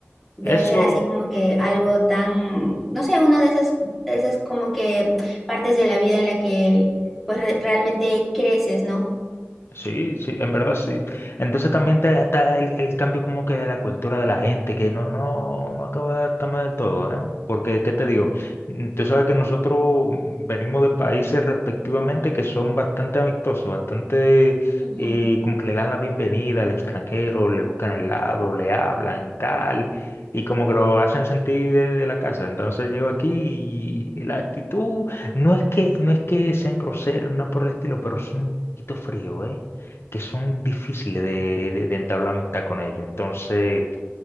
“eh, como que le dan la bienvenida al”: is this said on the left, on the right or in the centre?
Left